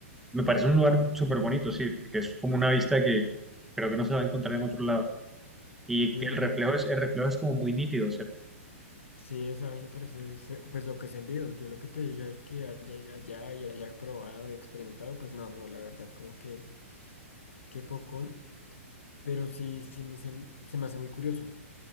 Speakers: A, in the centre; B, on the left (about 60°).
A: Me parece un lugar súper bonito, sí, porque es como una vista que creo que no se va a encontrar en otro lado. Y
B: sí,
A: que el
B: no.
A: reflejo es, el reflejo es como muy nítido, ¿cierto?
B: Sí, esa vaina parece, se- pues lo que es en videos, yo lo que te diga es que haya ido allá y haya probado y experimentado, pues no, no, la verdad, como que, qué pocón, pero sí, sí me, se, se me hace muy curioso.